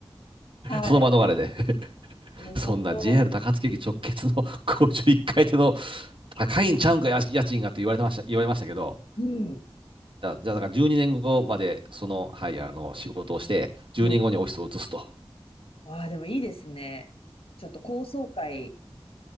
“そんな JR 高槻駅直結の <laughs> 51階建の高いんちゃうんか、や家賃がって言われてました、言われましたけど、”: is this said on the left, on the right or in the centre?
Right